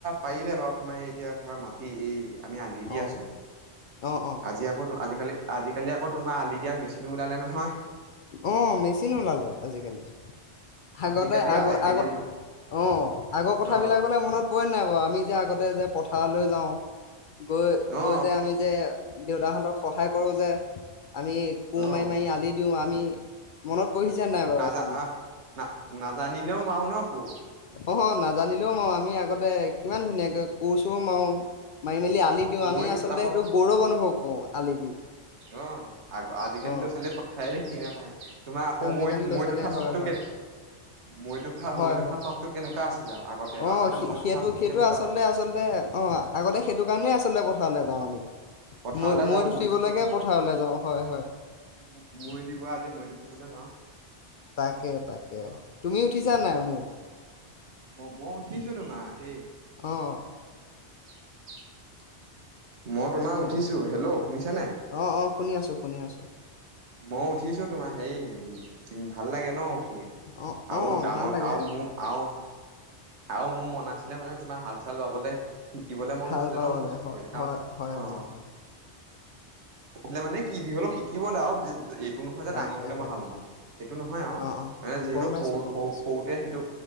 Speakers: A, on the right (about 75°); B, on the left (about 60°).
A: পাৰিলে বাৰু তোমাৰ এতিয়া ধৰা মাটি এই। আমি আলি দি
B: অ
A: আছো
B: অ অ
A: আজি আকৌ আলি। আজি আজিকালি আকৌ তোমাৰ আলি দিয়া মেচিনো। ওলালে নহয়।
B: অহ, মেচিন ওলালে আজিকালি। আগতে
A: আজিকালি
B: আগৰ
A: কেইদিন
B: আগৰ অ আগৰ কথাবিলাকলে
A: অ
B: মনত। পৰে নাই বাৰু আমি যে আগত। তে যে পথাৰলৈ যাওঁ। গৈ
A: অ
B: গৈ, যে আমি যে। দেউতাহঁতক সহায় কৰো যে। আমি কু
A: অ
B: মাৰি মাৰি আলি। আমি মনত। পঢ়িছে নাই বাৰু
A: নাজা
B: আচলতে
A: অ না নাজানিলেও মাৰু ন। আকৌ
B: অ নাজানিলেও মই আমি আগতে কিমান ধুনীয়াকে কুৰ চোৰো মাৰি মেলি। আলি দিওঁ
A: মইতো
B: আমি আচলতে
A: আকৌ
B: সেইটো গৌৰৱ অনুভৱ কৰো আলি দি
A: অ আ আজিকালি
B: অ
A: ল'ৰা ছোৱালীয়ে পথাৰ, দেখি নাপায়। তোমাৰ আকৌ
B: আজিকালি
A: মৈত
B: ল'ৰা
A: মৈত
B: ছোৱালীয়ে
A: উঠা
B: হয়
A: চখটো,
B: হয়
A: কে মৈত
B: হয়
A: মৈত
B: হয়
A: উঠা চখটো কেনেকুৱা আছিলে। আগতে
B: অ
A: আগতে মৈত
B: সেইটো
A: উঠা চখ
B: সেইটো
A: কেনেকুৱা
B: আচলতে
A: আছিলে?
B: আচলতে অ আগতে সেইটো কাৰণেই আচলতে পথাৰলৈ যাওঁ আমি।
A: পথাৰলৈ
B: মই
A: যাওঁ মৈত
B: উঠিবলৈকে
A: উঠিব <unintelligible>
B: পথাৰলৈ যাওঁ হয় হয়
A: মৈত দিব আজি মৈত উঠিবলৈ যাওঁ।
B: তাকে-তাকে
A: হয়নে বাৰু
B: তুমি উঠিছা নাই মৈ?
A: মৈত মই উঠিছো তোমাৰ সেই
B: অহ।
A: <inaudible> মই তোমাৰ
B: তাকে
A: উঠিছো হেল্ল' শুনিছ নাই?
B: অ অ শুনি আছো শুনি আছো।
A: মই উঠিছো তোমাৰ হেই ভাল লাগে। ন উঠি
B: অ
A: আৰু
B: অ
A: ডাঙৰ
B: ভাল লাগে
A: আৰু ম আ আৰু মোৰ মন আছিলে মানে তোমাৰ হাল চাল বাবলে শিকিবলৈ মন
B: হাল
A: আছিলে
B: বাবলে
A: ন, মোৰ শিকিবলৈ
B: হয় হয়
A: কাৰণ
B: হয়
A: অ
B: হয় হয়
A: কলে মানে কি যিবলে সি কি বলে আও এইটো নহয় যে
B: তাকে
A: ডাঙৰ হলে
B: তাকে
A: মই হাল বাম, সেইটো নহয় আও
B: অ অ
A: এই যিহেতু
B: গম পাইছো
A: সৰু-সৰু
B: গম পাইছো
A: সৰুতে সেইটো